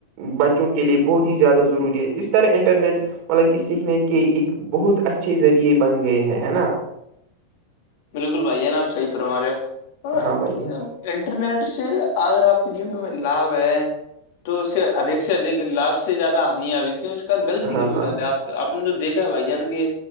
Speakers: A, on the right; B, on the left.
A: بچوں کے لے بہت ہی زیادہ ضروری ہے اس طرح انٹرنیٹ مطلب کہ سیکھنے کے ایک بہت اچھے ذریعے بن گئے ہیں ہے نا
B: بالکل بھائی ہے نا آب سحی پرمارے پر
A: ہاں بھائی جان
B: یہ انٹرنیٹ سے اگر آپ کے جیون میں لابھ ہے تو اس سے ادھک سے ادھک لابھ سے زیادہ ہانی آئی کیوں اس کا غلطی
A: ہاں
B: ہو
A: ہاں
B: رہا تھا آپ تو آپ نے تو دیکھا ہے بھائی یعنی کہ